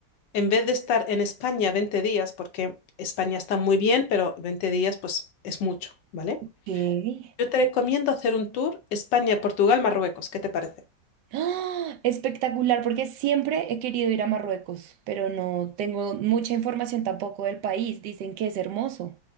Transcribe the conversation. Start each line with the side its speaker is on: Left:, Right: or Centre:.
Left: en vez de estar en España 20 días, porque España está muy bien, pero 20 días pues es mucho, ¿vale?
Right: Ok.
Left: Yo te recomiendo hacer un tour España, Portugal, Marruecos, ¿qué te parece?
Right: ¡Ah! Espectacular, porque siempre he querido ir a Marruecos, pero no tengo mucha información tampoco del país. Dicen que es hermoso.